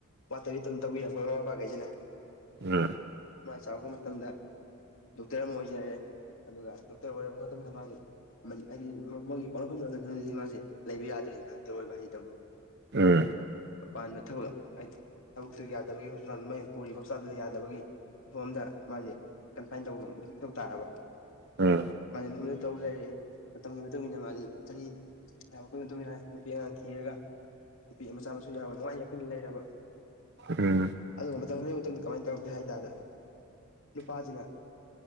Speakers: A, on the left; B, on the right.
A: ꯋꯥꯠꯇꯕꯤ ꯑꯗꯨꯝ ꯇꯧꯕꯤꯔꯛꯄ ꯃꯥꯃꯥ ꯃꯄꯥꯒꯩꯖꯤꯅ
B: ꯎꯝ
A: ꯃꯥ ꯆꯥꯎꯔꯛꯄ ꯃꯇꯝꯗ ꯗꯣꯛꯇꯔ ꯑꯃ ꯑꯣꯏꯖꯔꯦ ꯑꯗꯨꯒ ꯗꯣꯛꯇꯔ ꯑꯣꯏꯔꯕ ꯃꯇꯨꯡꯗ ꯃꯥꯖꯦ ꯍꯥꯏꯗꯤ ꯃꯣꯏꯒꯤ ꯄꯣꯛꯅꯐꯝ ꯂꯝꯗꯝꯗꯨꯗꯗꯤ ꯃꯥꯖꯦ ꯂꯩꯕ ꯌꯥꯗ꯭ꯔꯦꯗꯅ ꯗꯣꯛꯇꯔ ꯑꯣꯏꯕ ꯍꯥꯏꯖꯤꯗꯕꯨ
B: ꯎꯝ
A: ꯃꯄꯥꯟꯗ ꯊꯕꯛ ꯍꯥꯏ ꯊꯕꯛꯇꯨ ꯌꯥꯗꯕꯒꯤ ꯍꯣꯁꯄꯤꯇꯥꯜꯗꯨ ꯃꯅꯥ ꯄꯨꯔꯤꯕ ꯍꯣꯁꯄꯤꯇꯥꯜꯗꯨꯗ ꯌꯥꯗꯕꯒꯤ ꯃꯐꯝ ꯑꯃꯗ ꯃꯥꯖꯦ ꯀꯟꯐꯥꯏꯟ ꯇꯧꯕ ꯇꯊꯧ ꯇꯥꯔꯕ
B: ꯎꯝ ꯎꯝ
A: ꯃꯥꯖꯦ ꯃꯐꯝꯗ ꯇꯧꯂꯩꯔꯦꯌꯦ ꯃꯇꯝꯒꯤ ꯃꯇꯨꯡ ꯏꯟꯅ ꯃꯥꯖꯤ ꯆꯍꯤ ꯌꯥꯝꯃꯛꯄꯩ ꯃꯇꯨꯡ ꯏꯟꯅ ꯅꯨꯄꯤ ꯑꯉꯥꯡ ꯊꯤꯔꯒ ꯅꯨꯄꯤ ꯃꯆꯥ ꯃꯁꯨ ꯌꯥꯎꯔꯒ ꯅꯨꯡꯉꯥꯏ ꯌꯥꯏꯐꯅ ꯂꯩꯔꯕ
B: ꯎꯝ
A: ꯑꯗꯨꯒ ꯃꯇꯝ ꯈꯔꯒꯤ ꯃꯇꯨꯡꯗ ꯀꯃꯥꯏꯅ ꯇꯧꯔꯛꯀꯦ ꯍꯥꯏ ꯇꯔꯗ ꯅꯨꯄꯥꯖꯤꯅ